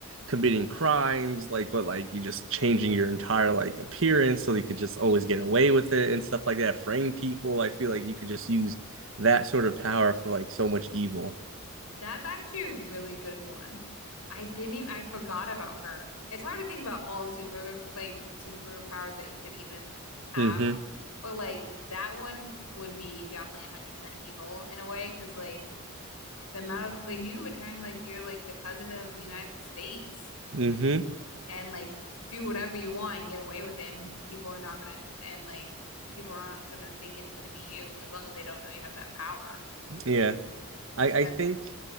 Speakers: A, on the right; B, on the left.
A: committing crimes, like but like you just changing your entire like appearance so you could just always get away with it and stuff like that. Frame people, I feel like you could just use that sort of power for like so much evil.
B: that's actually a really good one. I didn't even I forgot about her. It's hard to think about all the super like superpowers that you could even have,
A: Mm-hmm.
B: but like that one would be definitely 100% evil in a way because like the amount of like you could pretend like you're like the president of the United States
A: Mm-hmm.
B: and like do whatever you want and get away with it and people are not gonna and like people aren't gonna think it's gonna be you as long as they don't know you have that power.
A: Yeah, I
B: That
A: I think